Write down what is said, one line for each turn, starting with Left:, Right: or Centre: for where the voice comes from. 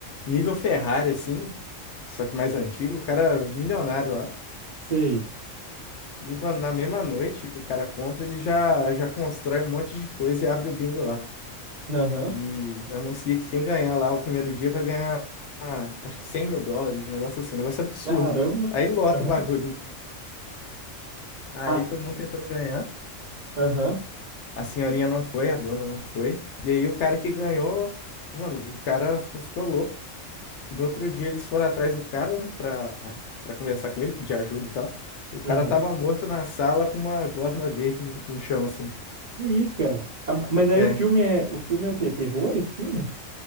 Left: nível Ferrari, assim, só que mais antigo, o cara é milionário lá.
Right: sei.
Left: E, mano, na mesma noite que o cara compra, ele já, já constrói um monte de coisa e abre o bingo lá.
Right: Aham,
Left: E anuncia que quem ganhar lá o primeiro dia vai ganhar, ah, acho que 100 mil dólares, um negócio assim, um negócio absurdo.
Right: caramba.
Left: Aí lota
Right: Aham,
Left: o bagulho, né? Aí
Right: ah,
Left: todo mundo tentando ganhar.
Right: aham,
Left: A senhorinha não foi, a dona não foi. E aí o cara que ganhou, mano, o cara ficou, ficou louco. E no outro dia eles foram atrás do cara, né, pra, pra conversar com ele, pedir ajuda e tal. O cara
Right: aham.
Left: tava morto na sala com uma gosma verde no, no chão, assim.
Right: Que isso, cara? Ah, mas aí
Left: É,
Right: o filme é, o filme é o quê? Terror, esse filme?